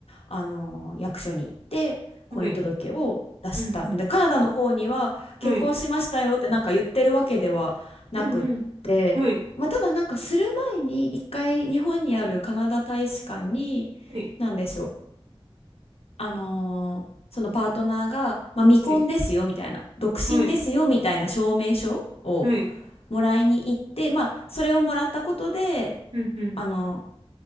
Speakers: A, on the left; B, on the right.
A: あの役所に行って婚姻届を出したでカナダの方には結婚しましたよってなんか言ってるわけではなくって、
B: はい。うん、うん。はい。うん、うん。はい。
A: まあ、ただなんかする前に一回日本にあるカナダ大使館に
B: はい。
A: なんでしょうあのそのパートナーが、まあ、未婚ですよみたいな独身ですよみたいな証明書を
B: はい。はい。はい。
A: もらいに行って、まあ、それをもらったことで。
B: うん、うん。
A: あの